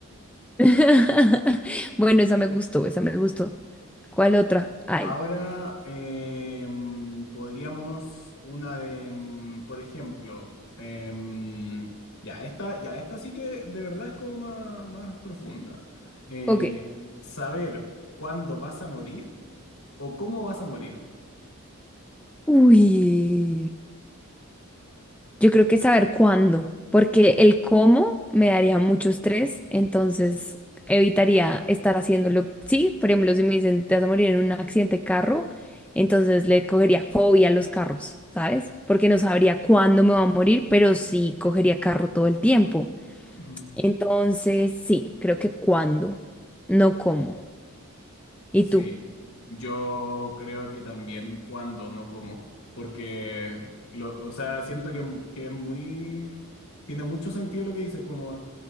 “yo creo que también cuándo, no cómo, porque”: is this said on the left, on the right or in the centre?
Left